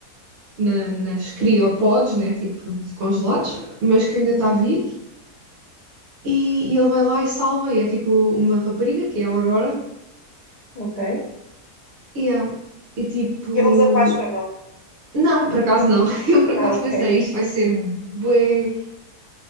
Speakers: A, on the right; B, on the left.
A: na- nas criopods, né, tipo congelados, mas que ainda está vivo e, e ele vai lá e salva, e é tipo uma rapariga que é a Aurora,
B: Ok.
A: e é, e tipo
B: E Eles apaixonam.
A: Não, por acaso não. <laughs> Eu por acaso
B: Ah, ok.
A: pensei, isto vai ser bué,